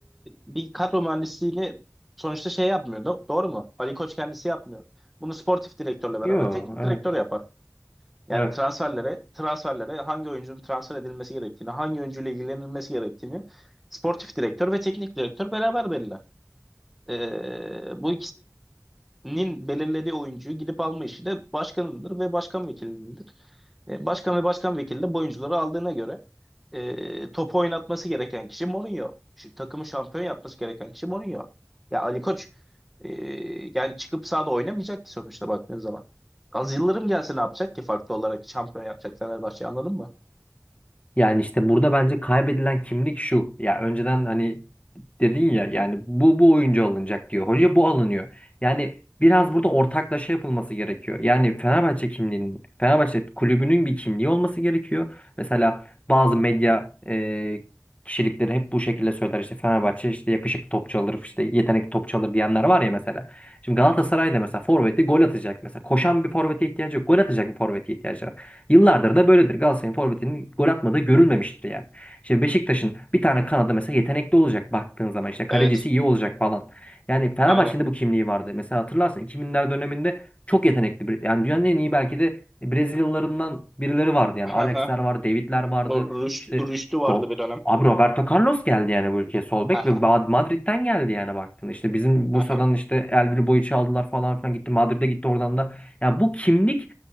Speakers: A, in the centre; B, on the left.
A: bir kadro mühendisliğini sonuçta şey yapmıyor. do- doğru mu? Ali Koç kendisi yapmıyor. Bunu sportif direktörle beraber
B: Yok,
A: teknik
B: evet.
A: direktör yapar. Yani
B: Evet.
A: transferlere, transferlere hangi oyuncunun transfer edilmesi gerektiğini, hangi oyuncuyla ilgilenilmesi gerektiğini sportif direktör ve teknik direktör beraber belirler. E, bu ikisinin belirlediği oyuncuyu gidip alma işi de başkanındır ve başkan vekilindir. E, Başkan ve başkan vekili de bu oyuncuları aldığına göre e, topu oynatması gereken kişi Mourinho. Şu, takımı şampiyon yapması gereken kişi Mourinho. Ya Ali Koç e, yani çıkıp sahada oynamayacak ki sonuçta baktığın zaman. Az Yıldırım gelse ne yapacak ki farklı olarak şampiyon yapacak Fenerbahçe anladın mı?
B: Yani işte burada bence kaybedilen kimlik şu. Ya önceden hani dedin ya yani bu bu oyuncu alınacak diyor. Hoca bu alınıyor. Yani biraz burada ortaklaşa yapılması gerekiyor. Yani Fenerbahçe kimliğinin, Fenerbahçe kulübünün bir kimliği olması gerekiyor. Mesela bazı medya e, kişilikleri hep bu şekilde söyler. İşte Fenerbahçe işte yakışıklı topçu alır, işte yetenekli topçu alır diyenler var ya mesela. Şimdi Galatasaray'da mesela forveti gol atacak mesela. Koşan bir forvete ihtiyacı yok. Gol atacak bir forvete ihtiyacı var. Yıllardır da böyledir. Galatasaray'ın forvetinin gol atmadığı görülmemiştir yani. İşte Beşiktaş'ın bir tane kanadı mesela yetenekli olacak baktığın zaman işte kalecisi
A: Evet,
B: iyi olacak falan. Yani Fenerbahçe'nin
A: aynen.
B: de bu kimliği vardı. Mesela hatırlarsın 2000'ler döneminde çok yetenekli bir yani dünyanın en iyi belki de Brezilyalılarından birileri vardı yani Alex'ler
A: Hı hı.
B: vardı, David'ler vardı.
A: Bu Rüş-
B: İşte
A: Rüştü vardı
B: Ro-
A: bir dönem.
B: abi Roberto Carlos geldi yani bu ülkeye sol bek
A: Hı hı.
B: ve Ma- Madrid'den geldi yani baktığında. İşte bizim Bursa'dan
A: Hı hı.
B: işte Elvir Boyic'i aldılar falan filan gitti Madrid'e gitti oradan da. Yani bu kimlik